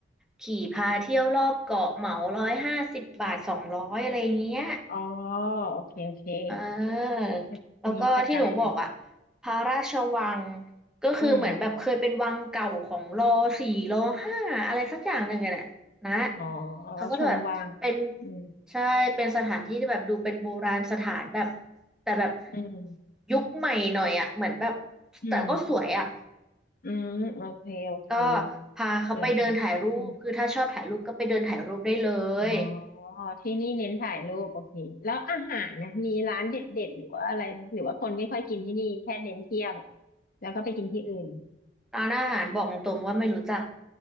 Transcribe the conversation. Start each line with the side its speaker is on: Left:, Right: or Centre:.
Centre: ขี่พาเที่ยวรอบเกาะเหมาร้อยห้าสิบบาทสองร้อยอะไรเงี้ย
Left: อ๋อโอเคโอเค
Centre: อ่
Left: มีสมีสกายแล็บ
Centre: าแล้วก็ที่หนูบอกอ่ะพระราชวังก็คือเหมือนแบบเคยเป็นวังเก่าของรอสี่รอห้าอะไรสักอย่างหนึ่งอะน่ะนะ
Left: อืมอ๋ออ๋อชมวาง
Centre: เขาก็จะแบบเป็น
Left: อืม
Centre: ใช่เป็นสถานที่ที่แบบดูเป็นโบราณสถานแบบแต่แบบ
Left: อืม
Centre: ยุคใหม่หน่อยอ่ะเหมือนแบบ
Left: อืม
Centre: แต่ก็สวยอ่ะ
Left: อืมโอเคโอเค
Centre: ก็พาเขาไปเดินถ่ายรูปคือถ้าชอบถ่ายรูปก็ไปเดินถ่ายรูปได้เลย
Left: เผื่อไปอืมอ๋อที่นี่เน้นถ่ายรูปโอเคแล้วอาหารนะมีร้านเด็ดๆหรือว่าอะไรไหมหรือว่าคนไม่ค่อยกินที่นี่แค่เน้นเที่ยวแล้วก็ไปกินที่อื่น
Centre: ร้านอาหารบอกตรงๆว่าไม่รู้จัก